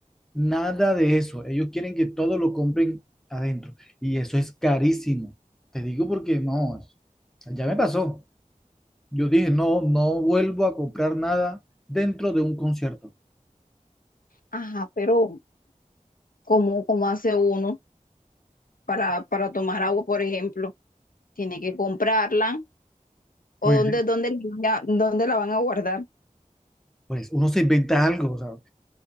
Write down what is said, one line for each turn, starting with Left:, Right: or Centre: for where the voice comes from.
Centre: nada de eso. Ellos quieren que todo lo compren adentro. Y eso es carísimo. Te digo porque no, ya me pasó. Yo dije, no, no vuelvo a comprar nada dentro de un concierto.
Left: Ajá, pero ¿cómo, cómo hace uno para, para tomar agua, por ejemplo? Tiene que comprarla o
Centre: Pues,
Left: dónde, dónde, la- van a- dónde la van a guardar.
Centre: pues uno se inventa algo. o sea,